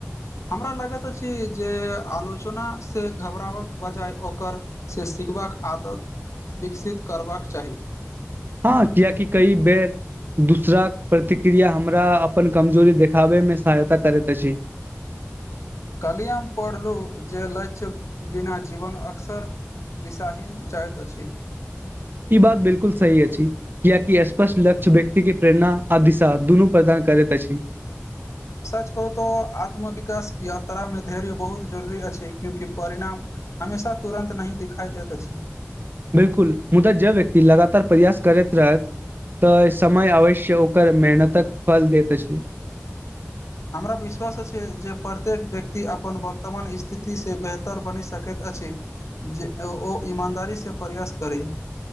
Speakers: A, on the left; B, on the right.
A: हमरा लागैत अछि जे आलोचना से घबराबक बजाय ओकर से सिखबाक आदत <inaudible> विकसित करबाक चाही
B: हँ कियाकि कई बेर दूसर कऽ प्रतिक्रिया हमरा अपन कमजोरी देखाबैमे सहायता करैत अछि
A: कल्हि हम पढ़लु जे लक्ष्य बिना जीवन अक्सर दिशााहीन जाइत अछि।
B: इ बात बिल्कुल सही अछि। कियकि स्पष्ट लक्ष्य व्यक्ति के प्रेरणा आ दिशा दुनू प्रदान करैत अछि।
A: सच कहू तऽ आत्मविकास यात्रामे धैर्य बहुत जरुररी अछि क्योकि परिणाम हमेशा तुरन्त नहि दिखाइ दैत अछि।
B: बिल्कुल मुदा जे व्यक्ति लगातार प्रयास करैत रहैत तऽ समय अवश्य ओकर मेहनतक फल देत अछि।
A: हमरा विश्वास अछि जे प्रत्येक व्यक्ति अपन वर्तमान स्थिति से बेहतर बनि सकैत अछि। जे ओ ईमानदारीस प्रयास करी।